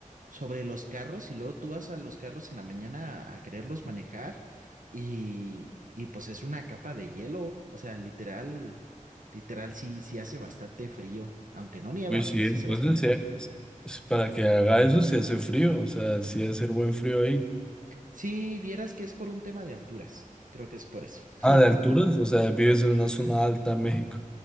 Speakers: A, on the right (about 75°); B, in the centre.
A: sobre los carros y luego tú vas a los carros en la mañana a, a quererlos manejar y, y pues es una capa de hielo, o sea, literal, literal sí, sí hace bastante frío, aunque no nieva,
B: Pues
A: pero
B: sí,
A: sí
B: entonces
A: hace bastante
B: sí,
A: frío.
B: es- es para que haga eso si hace frío, o sea, sí debe ser buen frío ahí.
A: Si vieras que es por un tema de alturas, creo que es por eso. <laughs>
B: Ah, de alturas, o sea, vives en una zona alta, México.